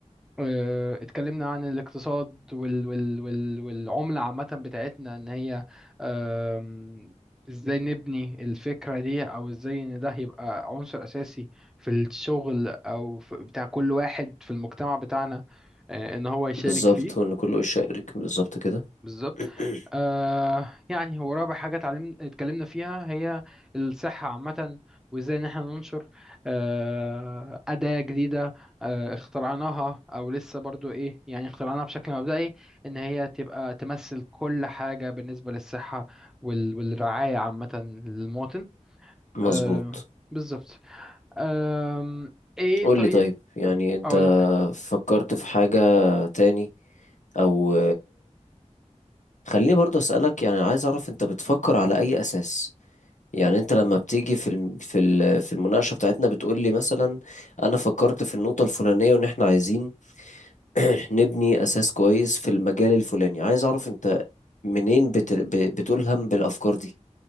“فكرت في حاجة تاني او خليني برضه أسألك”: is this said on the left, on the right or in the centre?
Left